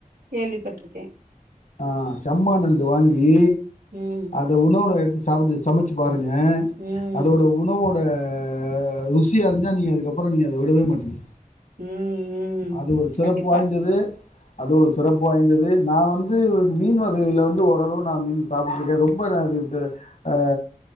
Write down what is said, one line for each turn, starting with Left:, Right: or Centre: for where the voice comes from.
Right: கேள்விப்பட்ருக்கே
Left: ஆ செம்மா நண்டு வாங்கி
Right: ம்
Left: த உணவு எடுத்து சாப்பிட்டு சமச்சு பாருங்க
Right: ம்
Left: அதோட உணவோட ஆ ருசி அறிஞ்சா நீங்க அதுக்கப்புறம் நீங்க அத விடவே மாட்டீங்க
Right: ம் ம்
Left: அது ஒரு சிறப்பு
Right: கண்டிப்பா
Left: வாய்ந்தது அது ஒரு சிறப்பு வாய்ந்தது நா வந்து மீன் வகையில வந்து ஓரளவு நா மீன் சாப்ட்டுருக்கே ரொம் ரொம்ப நா அது ஆ